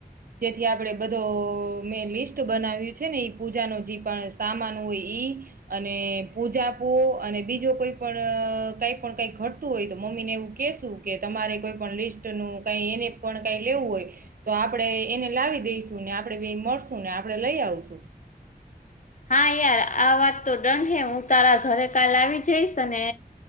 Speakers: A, on the right (about 60°); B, on the left (about 50°).
A: જેથી આપણે બધો મેં લિસ્ટ બનાવ્યું છેને એ પૂજાનો જે પણ સામાન હોય એ અને પૂજાપો અને બીજો કોઈ પણ કંઈ પણ કંઈ ઘટતું હોય તો મમ્મીને એવું કહેશું કે તમે કોઈ પણ લિસ્ટનું કંઈ એને પણ કંઈ લેવું હોય તો આપણે એને લાવી દઈશુંને આપણે મળશું ને આપણે લઈ આવશું
B: હા યાર આ વાત તો ડન હે હું તારા ઘરે કાલ આવી જઈશ અને